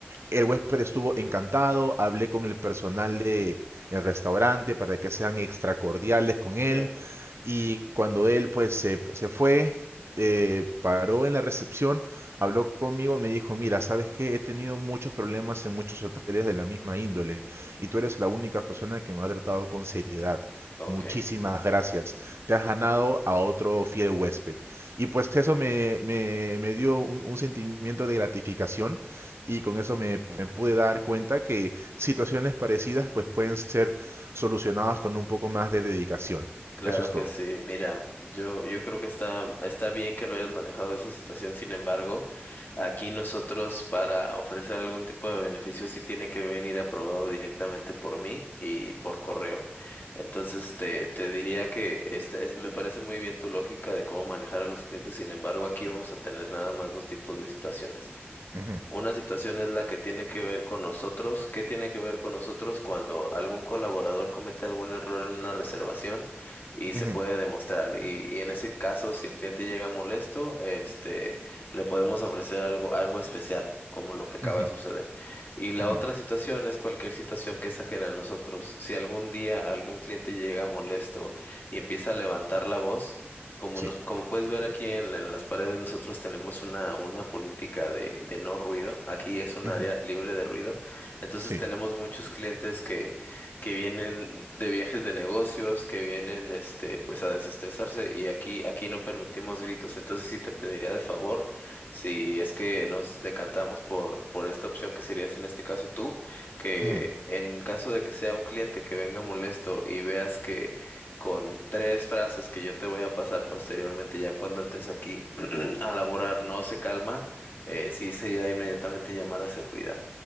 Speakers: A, on the left; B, on the right.
A: ok,
B: el huésped estuvo encantado, hablé con el personal de el restaurante para que sean extra cordiales con él
A: Mm.
B: y cuando él pues se, se fue, eh, paró en la recepción, habló conmigo, me dijo, mira, sabes que he tenido muchos problemas en muchos hoteles de la misma índole y tú eres la única persona que me ha tratado con seriedad.
A: ok.
B: Muchísimas gracias. Te has ganado a otro fiel huésped. Y pues eso me, me, me dio un, un sentimiento de gratificación y con eso me, me pude dar cuenta que situaciones parecidas pues pueden ser solucionadas con un poco más de dedicación.
A: Claro
B: Eso es
A: que
B: todo.
A: sí, mira, yo, yo creo que está, está bien que lo hayas manejado esa situación, sin embargo, aquí nosotros para ofrecer algún tipo de beneficio sí tiene que venir aprobado directamente por mí y por correo. Entonces te, te diría que esta es, me parece muy bien tu lógica de cómo manejar a los clientes, sin embargo, aquí vamos a tener nada más dos tipos de situaciones.
B: Ujú,
A: Una situación es la que tiene que ver con nosotros. ¿Qué tiene que ver con nosotros cuando algún colaborador comete algún error en una reservación y se
B: ujú,
A: puede demostrar? Y, y en ese caso, si el cliente llega molesto, este, le podemos ofrecer algo, algo especial, como lo que acaba
B: ujú,
A: de suceder. Y la
B: ujú.
A: otra situación es cualquier situación que es ajena a nosotros. Si algún día algún cliente llega molesto y empieza a levantar la voz, como
B: Sí,
A: nos, como puedes ver aquí en, la- en las paredes, nosotros tenemos una, una política de, de no ruido. Aquí es un
B: ujú,
A: área libre de ruido. Entonces
B: sí.
A: tenemos muchos clientes que, que vienen de viajes de negocios, que vienen este, pues a desestresarse, y aquí, aquí no permitimos gritos. Entonces sí te pediría de favor, si es que nos decantamos por, por esta opción que serías en este caso tú, que
B: ujú.
A: en caso de que sea un cliente que venga molesto y veas que con tres frases que yo te voy a pasar posteriormente, ya cuando entres aquí <clears throat> a laborar, no se calma, eh, sí sería inmediatamente llamar a seguridad.